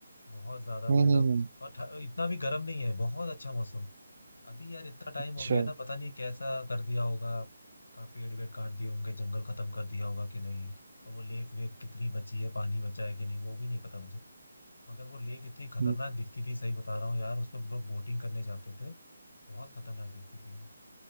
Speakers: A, on the left; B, on the right.
A: बहुत ज्यादा
B: हम्म,
A: मतलब
B: हम्म,
A: और ठ- इतना भी गर्म नहीं है बहुत अच्छा मौसम अभी यार इतना टाइम
B: अच्छा
A: हो गया ना पता नहीं कैसा कर दिया होगा का पेड़ वेड़ काट दिए होंगे जंगल खत्म कर दिया होगा कि नहीं और वो लेक वेक कितनी बची है पानी बचा है कि नहीं वो भी नहीं पता मुझे मगर वो लेक इतनी खतरनाक
B: हम्म
A: दिखती थी सही बता रहा हूँ यार उसमें लोग बोटिंग करने जाते थे बहुत खतरनाक दिखती थी वो